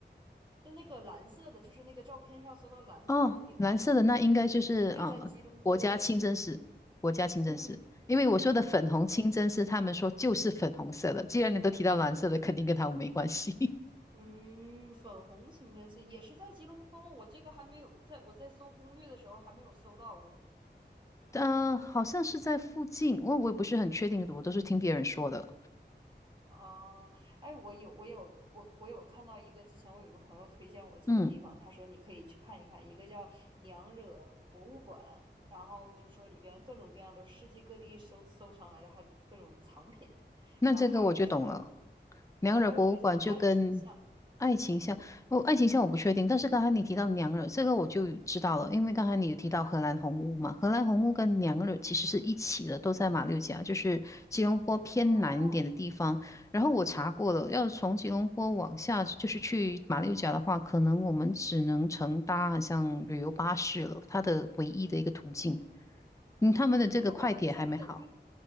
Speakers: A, on the right; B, on the left.
A: 就那个蓝色的，就是那个照片上搜到蓝色屋顶那个，
B: 哦，蓝色的那应该就是呃国家清真寺，
A: 应该在吉隆坡。
B: 国家清真寺。
A: 嗯
B: 因为我说的粉红清真寺，
A: 嗯
B: 他们说就是粉红色的。既然你都提到蓝色的，肯定跟他们没关系。<laughs>
A: 嗯，粉红清真寺也是在吉隆坡吗？我这个还没有在，我在搜攻略的时候还没有搜到过。
B: 呃，好像是在附近，我我也不是很确定，我都是听别人说的。
A: 啊，哎，我有我有我我有看到一个，之前我有一个朋友推荐我几个地方，
B: 嗯。
A: 他说你可以去看一看，一个叫娘惹博物馆，然后就是说里边各种各样都是世界各地收收藏来的，还有各种藏品，
B: 那这个我就懂了。
A: 然后还有一个叫做
B: 娘惹博物馆就跟
A: 还有一个叫做爱情巷，
B: 爱情像，
A: 嗯，
B: 哦，爱情像我不确定，但是刚才你提到娘惹，这个我就知道了，因为刚才你有提到荷兰红屋嘛，荷兰红屋跟娘惹其实是一起的，
A: 嗯，
B: 都在马六甲，就是吉隆坡偏南一点的地方。
A: 哦，
B: 然后我查过了，要从吉隆坡往下就是去马六甲的话，可能我们只能乘搭好像旅游巴士了，它的唯一的一个途径。嗯，他们的这个快铁还没好。
A: 或者我们在本地，